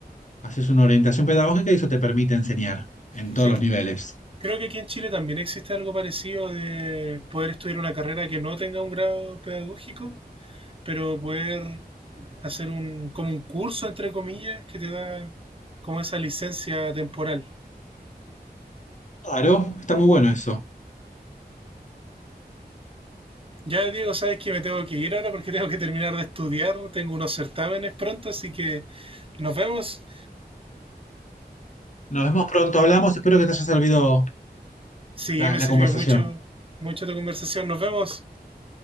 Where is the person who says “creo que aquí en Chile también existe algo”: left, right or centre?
Right